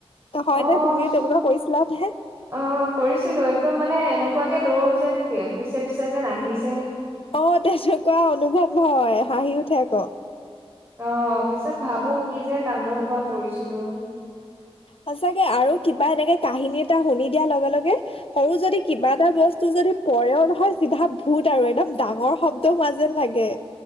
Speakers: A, on the left; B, on the right.
A: হয়
B: অ'
A: নে তুমিও তেনেকুৱা কৰিছিলা নে
B: আহ কৰিছিলো একদম মানে এনেক এনেকুৱাকে দৌৰো যেন পিছে পিছে যেন আহিছ।
A: অ তেনেকুৱা অনুভৱ হয় হাঁহি উঠে আক
B: অ' পিছত ভাবো কি যে কান্দসোপা কৰিছিলো।
A: সচাকে আৰু কিবা এনেকে কাহিনী এটা শুনি দিয়া লগে লগে সৰু যদি কিবা এটা বস্তু য যদি পৰেও নহয় চিধা ভূত আৰু একদম ডাঙৰ শব্দ হোৱা যেন লাগে।